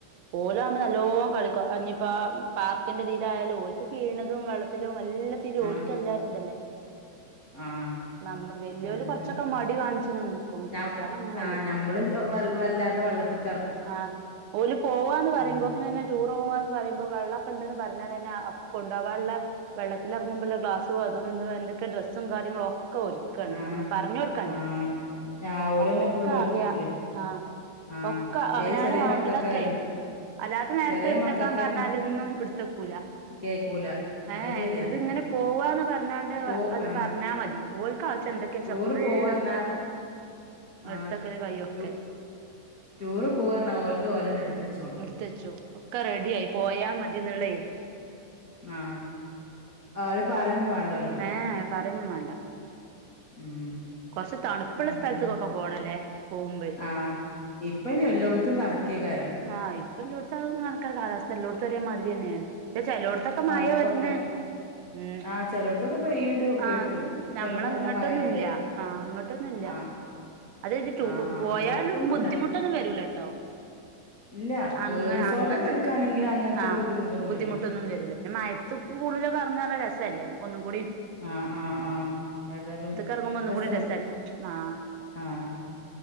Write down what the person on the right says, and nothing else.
ഓലാവുമ്പോ നല്ലോ കളിക്കു അഞ്ഞിപ്പാ പാർക്കിന്റെ ഇതിയിലായാലും ഓൽക്ക് കീണതും വെള്ളത്തിലും എല്ല ത്തിലും
ഓൽക്ക് നല്ല ഇതല്ലേ
നമ്മൾ വല്യോല്
കൊറച്ചൊക്കെ
മടി കാണിച്ചു നിക്കും
കുട്ട്യാള് അങ്ങനല്ലേ
ആഹ് ഓല് പോവാന്ന് പറയുമ്പോക്കണന്നെ
ടൂർ പോവാന്ന് പറയുമ്പോ വെള്ളൊക്കെണ്ടന്ന് പറഞ്ഞാതന്നെ ആ കൊണ്ട് പോവാൻള്ളെ വെള്ളത്തിൽ ഇറങ്ങുമ്പോല്ല ഗ്ലാസ്സു അതും ഇതും എന്തൊക്കെ ഡ്രസ്സും കാര്യങ്ങലളൊക് ക്കെ ഒരുക്കാണ്
നമ്മൾ പർഞ്ഞൊടുക്കണ്ട
ഒക്കെ
അറിയാ ആഹ്
ഒക്കെ അവനാന്
വാണ്ടതൊക്കെ
അല്ലാത്ത നേര്ത്ത്
എടുത്തക്കാൻ
പറഞ്ഞാലൊന്നും
എടുത്തക്കൂല
ഏഹ്
ഇത്ങ്ങനെ പോവാന്ന് പറഞ്ഞാണ്ട്
അത്
പറഞ്ഞാ മതി ഓൽൽകാവശ്യം എന്തൊക്കെ വച്ചാ
ഫുള്ള്
ടുത്തക്കൽ
എടുത്തക്കൽ കയ്യൊക്കെ
എടുത്തച്ചു ഒക്കെ റെഡി ആയി പോയാ മതിന്നള്ളേ
ഏ പറയൊന്നും വേണ്ട
കുറച്ച് തണുപ്പുള്ള
സ്ഥലത്തേക്കൊക്കെ പോണല്ലേ പോകുമ്പോ
ആഹ് ഇപ്പഎല്ലോടുതും അ കണക്കാ കാലാവസ്ഥ എല്ലോടതും ഒരേമാതിരി തന്നെയാണ് ചെലോടത്തൊക്കെ
മയ വരുന്ന് ഉം
ആഹ്
ഞമ്മളങ്ങോട്ടൊന്നുംല്ല
ആഹ് ഇങ്ങോട്ടൊന്നുംല്ല
അത്ച്ച്ട്ട്
പോയാലും
ബുദ്ധിമുട്ടൊന്നും വരൂലട്ടോ
അങ്ങനെ
അങ്ങത്തെ
ആഹ്
ബുദ്ധിമുട്ടൊന്നും
വരൂല പിന്നെ മയത്ത് പൂളി ലൊക്കെ എറങ്ങാറഞ്ഞ രസല്ലേ ഒന്നുകൂടി
ഇറങ്ങുമ്പോ ഒന്നും
കൂടി രസല്ലേ ആഹ്